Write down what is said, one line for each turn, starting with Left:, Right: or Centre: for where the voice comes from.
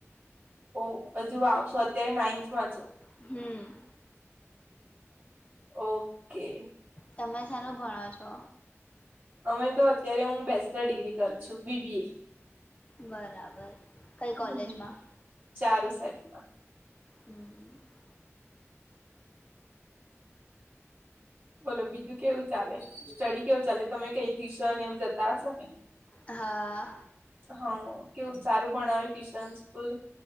Right: ઓ હજુ આવશો અત્યારે નાઈન્થમાં છો.
Left: હમ
Right: ઓકે
Left: તમે સાર ભણો છો
Right: અમે તો અત્યારે હું બેચલર ડિગ્રી કર છું બીબી એ
Left: બરાબર કઈ કોલેજમાં
Right: હમ ચારું સાઈબમાં
Left: હમ હ
Right: બોલો બીજું કેવું ચાલે સ્ટડી કેવું ચાલે તમે કઈ ટ્યુશન એવું જતા હશો ને
Left: હા
Right: હા કેવું સારું ભણાવ્યું ટ્યુશન સ્કૂલ